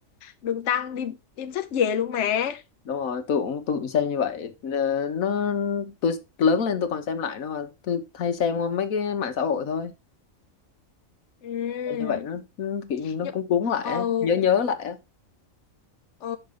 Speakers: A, on the left; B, on the left.
A: Đường Tăng đi đem sách về luôn mà.
B: đúng rồi tôi cũng tôi cũng xem như vậy Ờ, nó tôi lớn lên tôi còn xem lại nữa mà tôi hay xem qua mấy cái mạng xã hội thôi
A: Ừ.
B: Xem như vậy nó, nó kiểu như nó
A: Nhưng
B: cũng cuốn lại
A: ờ
B: á, nhớ nhớ lại á
A: ờ